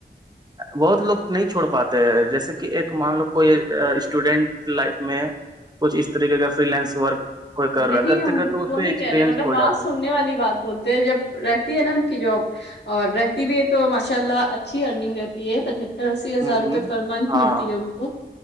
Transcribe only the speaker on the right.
بہت لوگ نہیں چھوڑ پاتے ہیں جیسے کہ ایک مان لو کوئی اسٹوڈینٹ لائف میں کچھ اس طریقے کا فری لینس ورک کوئی کر
رہا کرتے
کرتے اس
میں
ایکسپریئنسڈ
ہو
جاتا
ہے
ہوں
ہوں
ہاں